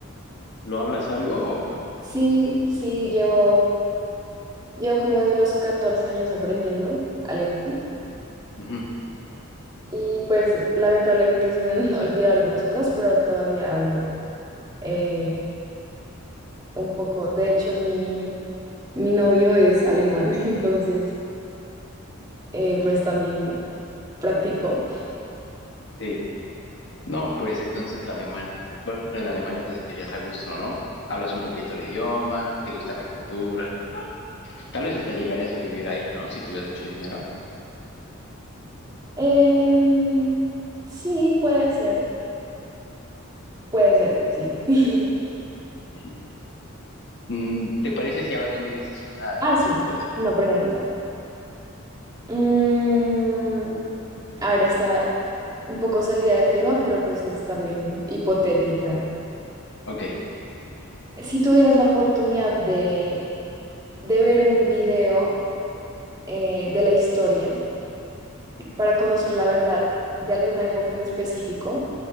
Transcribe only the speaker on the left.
¿Lo hablas algo o no?
Ujú,
Sí. No, pues entonces alemán, bueno, en Alemania te sentirías a gusto, ¿no? Hablas un poquito el idioma, te gusta la cultura. Tal vez hasta llegarías a vivir ahí, ¿no? Si tuvieras mucho dinero.
Sí. Mm, ¿te parece si ahora tú me dices una
situación
hipotética?
Ok.